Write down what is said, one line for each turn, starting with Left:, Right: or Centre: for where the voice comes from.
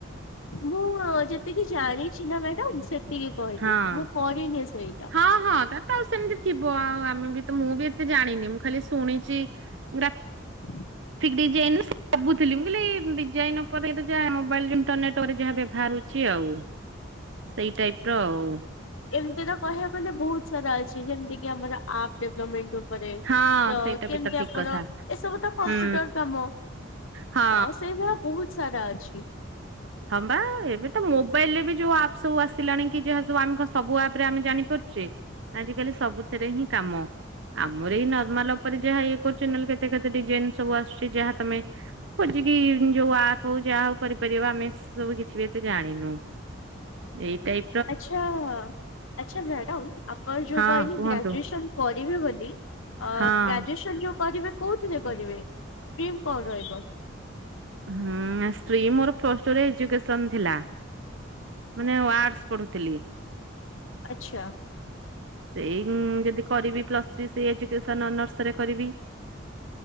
Left: ମୁଁ ଯେତିକି ଜାଣିଛି ନା ମ୍ୟାଡାମ ସେତିକି କହିଲି
Right: ହଁ।
Left: ମୁଁ କରିନି ସେଇଟା।
Right: ହଁ ହଁ ତାର ତ ଆଉ ସେମିତି ଥିବ ଆମେ ବି ତ ମୁଁ ବି ଏତେ ଜାଣିନି ମୁଁ ଖାଲି ଶୁଣିଛି ଗ୍ରାଫ୍
Left: ହୁଁ <inaudible>
Right: ଡିଜାଇନସ୍ ମୁଁ ଭାବୁଥିଲି ମୁଁ କହିଲି ଏଇ ଡିଜାଇନ୍ ଓପରେ ଯା ମୋବାଇଲ ଇଣ୍ଟରନେଟରେ ଉପରେ ଯାହା ବ୍ୟବହାର ହଉଛି ଆଉ। ସେଇ ଟାଇପ ର ଆଉ।
Left: ଏମିତି ତ କହିବାକୁ ଗଲେ ବହୁତ ସାରା ଅଛି ଯେମିତି କି ଆମର ଆପ୍ ଡେଭଲପମେଣ୍ଟ। ଉପରେ ଅ
Right: ହଁ ସେଇଟା
Left: କେମିତି
Right: ବି ତ ଠିକ
Left: ଆପଣ
Right: କଥା
Left: ଏସବୁ ତ କମ୍ପ୍ୟୁଟର
Right: ହୁଁ
Left: କାମ।
Right: ହଁ।
Left: ତ ସେଇ ଭଳିଆ ବହୁତ ସାରା ଅଛି।
Right: ହଁବା ଏବେ ତ ମୋବାଇଲ ରେ ବି ଯୋଉ ଆପ୍ ସବୁ ଆସିଲାଣି କି ଯାହା ସବୁ ଆମେ କଣ ସବୁ ଆପ ରେ ଆମେ ଜାଣିପାରୁଛେ। ଆଜି କାଲି ସବୁଥିରେ ହିଁ କାମ। ଆମର ଏଇ ନର୍ମାଲ ଉପରେ ଯାହା ଇଏ କରୁଛ ନହେଲେ କେତେ କେତେ ଡିଜାଇନ ସବୁ ଆସୁଛି ଯାହା ତମେ। ଖୋଜିକି ଯୋଉ ଆପ ହଉ ଯାହା ହଉ କରିପାରିବା ଆମେ। ସେ ସବୁ କିଛି ବି ଏତେ ଜାଣିନୁ ଏଇ ଟାଇ
Left: ଆଚ୍ଛା ଆଚ୍ଛା ମ୍ୟାଡ଼ାମ ଅପଣ ଯୋଉ
Right: ହଁ
Left: କହିଲେ
Right: କୁହନ୍ତୁ।
Left: ଗ୍ରେଜୁଏସନ୍। କରିବେ ବୋଲି ଅ
Right: ହଁ।
Left: ଗ୍ରାଜୁଏସନ ଯୋଉ କରିବେ। କୋଉଥିରେ କରିବେ ର୍ଷ୍ଟିମ୍ କଣ ରହିବ?
Right: ହୁଁ ର୍ଷ୍ଟିମ ମୋର ପ୍ଲସ ଟୁରେ ଏଜୁକେସନ ଥିଲା। ମାନେ ୱାର୍ଡସ ପଢୁଥିଲି।
Left: ଆଚ୍ଛା।
Right: ସେଇ ଯଦି କରିବି ପ୍ଲସ ଥ୍ରୀ ସେଇ ଏଜୁକସନ ଅନର୍ସରେ କରିବି।